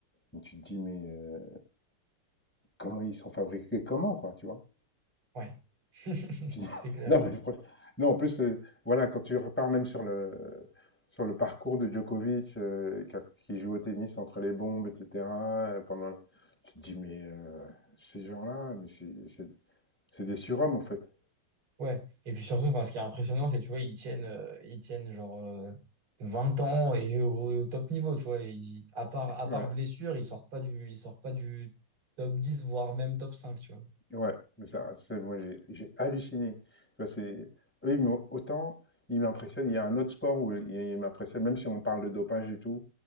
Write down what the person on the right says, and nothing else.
Ouais, <laughs>
c'est clair.
Ouais. Et puis surtout, enfin, ce qui est impressionnant, c'est, tu vois, ils tiennent, euh, ils tiennent genre euh, 20 ans et au, au top niveau, tu vois. Ils- à part, à
part blessure, ils sortent pas du, ils sortent pas du top dix voire même top cinq tu vois.